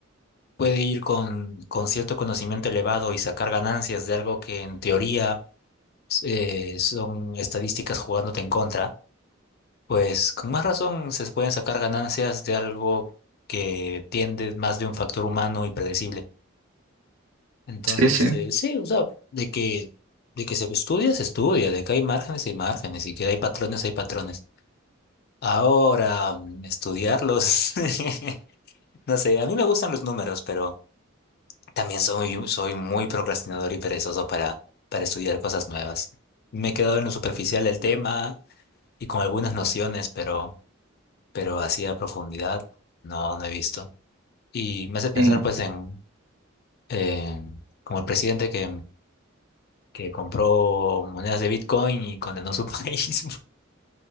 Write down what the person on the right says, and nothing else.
Sí, sí,
sí,